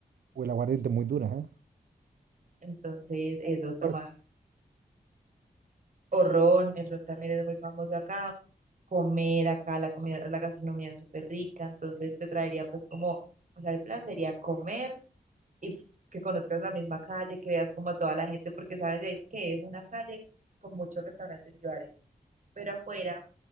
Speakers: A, on the right (about 80°); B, on the right (about 55°).
A: o el aguardiente muy dura, ¿eh?
B: Entonces, eso, tomar
A: Fuerte.
B: o ron, el ron también es muy famoso acá, comer acá, la comida, la gastronomía es súper rica, entonces te traería pues como... O sea, el plan sería comer, y que conozcas la misma calle, que veas como a toda la gente, porque sabes de que es una calle con muchos restaurantes y bares, pero afuera